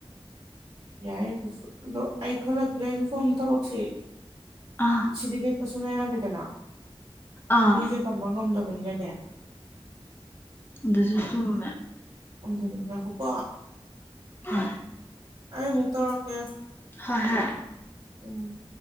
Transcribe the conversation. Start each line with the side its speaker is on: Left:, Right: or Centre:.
Right: ꯌꯥꯏ ꯇꯨ ꯑꯈ ꯂ ꯀ ꯌꯥꯏ ꯇ ꯐꯣꯟꯣꯟ ꯊꯕꯛꯁꯦ
Left: ꯑꯥ
Right: ꯁꯤꯔꯤ ꯂꯩꯦ ꯄꯁꯅ ꯇꯠꯇꯅ
Left: ꯑꯥ
Right: <unintelligible> ꯃꯤꯁꯦ ꯇꯝꯕ ꯉꯝꯗꯕ ꯄꯨꯅꯦ
Left: ꯑꯗꯨꯖꯨ ꯆꯨꯝꯃꯦ
Right: ꯍꯧꯖ ꯂꯩꯖ ꯀꯀ <unintelligible>
Left: ꯎ
Right: ꯑꯩ ꯃꯨ ꯇꯧꯔꯛꯀꯦ
Left: ꯍ ꯍꯥ
Right: ꯎꯝ